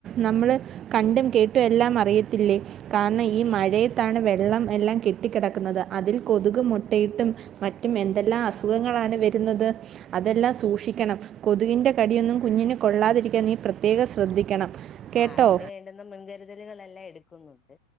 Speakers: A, on the right; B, on the left.
A: നമ്മള് കണ്ടും കേട്ടു എല്ലാം അറിയത്തില്ലേ കാരണം ഈ മഴയത്താണ് വെ വെള്ളം എല്ലാം കെട്ടിക്കെടക്കുന്നത് അതിൽ കൊതുക് മൊട്ടയിട്ടും മറ്റും എന്തെല്ലാ അസുഖങ്ങളാണ് വെരുന്നത് അതെല്ലാം സൂഷിക്കണം കൊതുകിൻ്റെ കടിയൊന്നും കുഞ്ഞിന് കൊള്ളാതിരിക്കാൻ നീ പ്രത്യേകം ശ്രദ്ധിക്കണം കേട്ടോ
B: ആഹ് അതിന് വേണ്ടുന്ന മുൻകരുതലുകളെല്ലാ എടുക്കുന്നുണ്ട്